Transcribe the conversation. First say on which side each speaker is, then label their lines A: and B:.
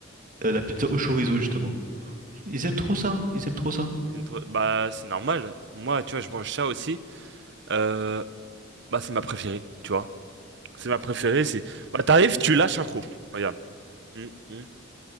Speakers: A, on the right (about 40°); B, on the right (about 55°).
A: euh, la pizza au chorizo, justement. Ils aiment trop ça, ils aiment trop ça.
B: Une pre- Bah, c'est normal. Moi, tu vois, je mange ça aussi. Euh, bah, c'est ma préférée, tu vois. C'est ma préférée, c'est... Bah, t'arrives,
A: Hmm.
B: tu lâches un croc. Regarde. Hum, hum.